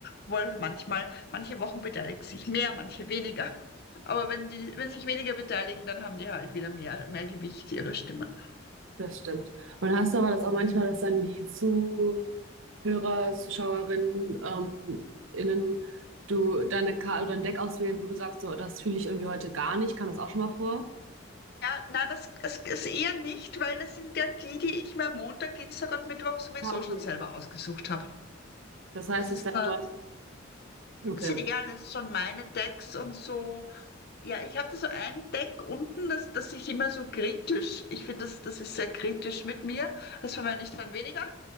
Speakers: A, on the left; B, on the right.
A: wohl manchmal, manche Wochen beteiligen sich mehr, manche weniger. Aber wenn die, wenn sich weniger beteiligen, dann haben die halt wieder mehr, mehr Gewicht ihrer Stimmen.
B: das stimmt. Und hast du aber das auch manchmal, dass dann die Zuhörer, Zuschauerinnen, ähm, innen, du deine Karte oder ein Deck auswählen, wo du sagst, so, das fühle ich irgendwie heute gar nicht, kam das auch schon mal vor?
A: Ja, nein, das, das ist eher nicht, weil das sind ja die, die ich mir Montag, Dienstag und Mittwoch sowieso
B: Ja, okay.
A: schon selber ausgesucht habe.
B: Das heißt,
A: Das
B: es
A: ist,
B: ist dann
A: äh,
B: schon, okay.
A: sind eh alles schon meine Decks und so. Ja, ich hatte so ein Deck unten, das, das ich immer so kritisch, ich finde, das, das ist sehr kritisch mit mir. Das verwende ich dann weniger,